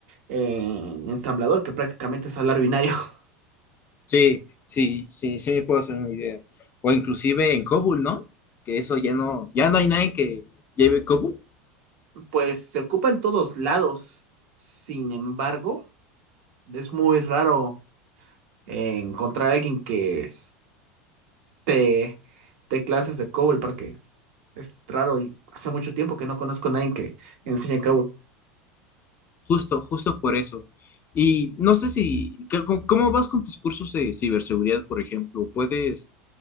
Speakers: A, on the right; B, on the left.
A: en ensamblador, que prácticamente es hablar binario. <laughs>
B: Sí, sí, sí, sí me puedo hacer una idea. O inclusive en COBOL, ¿no? Que eso ya no, ya no hay nadie que lleve COBOL.
A: Pues se ocupa en todos lados. Sin embargo, es muy raro. eh, encontrar a alguien que te dé clases de COBOL porque es raro y hace mucho tiempo que no conozco a nadie que enseñe COBOL.
B: Justo, justo por eso. Y no sé si, c- c- ¿cómo vas con tus cursos de ciberseguridad, por ejemplo? ¿Puedes